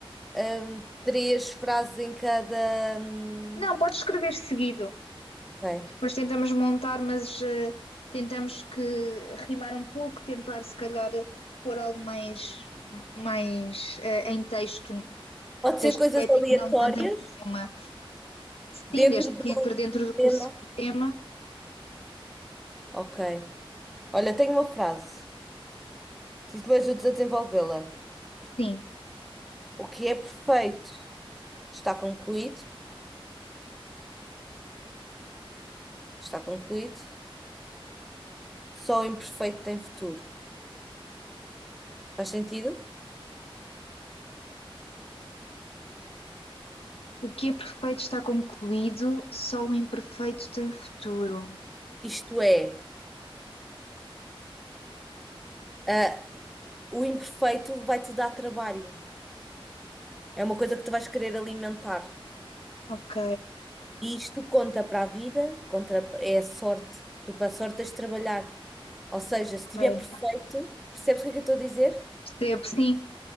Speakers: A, in the centre; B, on the left (about 85°).
A: eh, hum, três frases em cada. hum,
B: não, pode escrever seguido.
A: ok.
B: Depois tentamos montar, mas ah, tentamos que rimar um pouco, tentar se calhar pôr algo mais, mais ah, em texto,
A: Pode
B: texto
A: ser coisas
B: poético,
A: aleatórias?
B: não tanto em poema. Sim,
A: Dentro
B: desde
A: do
B: que entre dentro do
A: tema.
B: curso o tema,
A: Ok. Olha, tenho uma frase. Preciso que me ajudes a desenvolvê-la.
B: sim.
A: O que é perfeito está concluído. Está concluído. Só o imperfeito tem futuro. Faz sentido?
B: O que é perfeito está concluído, só o imperfeito tem futuro.
A: Isto é, ah, o imperfeito vai-te dar trabalho. É uma coisa que tu vais querer alimentar.
B: Ok,
A: E isto conta para a vida, contra, é a sorte. Tu para a sorte tens de trabalhar. Ou seja,
B: ok.
A: se estiver perfeito, percebes o que é que eu estou a dizer?
B: Percebo, sim.